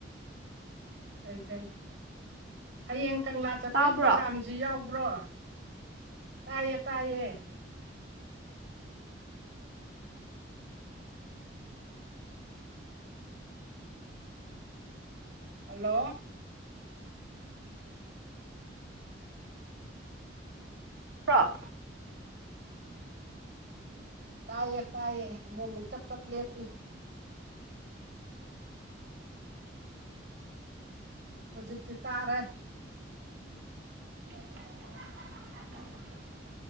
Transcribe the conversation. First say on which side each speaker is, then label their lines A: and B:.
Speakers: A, on the right; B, on the right.
A: ꯐꯩ ꯐꯩ ꯍꯌꯦꯡ ꯀꯪꯂꯥ ꯆꯠꯄꯩ
B: ꯇꯥꯕ꯭ꯔꯣ
A: ꯄ꯭ꯔꯣꯒꯥꯝ ꯖꯤ ꯌꯥꯎꯕ꯭ꯔꯣ ꯇꯥꯏꯌꯦ ꯇꯥꯏꯌꯦ ꯍꯜꯂꯣ
B: ꯕ꯭ꯔꫭ
A: ꯇꯥꯏꯌꯦ ꯇꯥꯏꯌꯦ ꯑꯃꯨꯛ ꯑꯃꯨꯛ ꯆꯞ ꯆꯞ ꯂꯦꯞꯄꯤ ꯍꯨꯖꯤꯛꯇꯤ ꯇꯥꯔꯦ
B: <inaudible>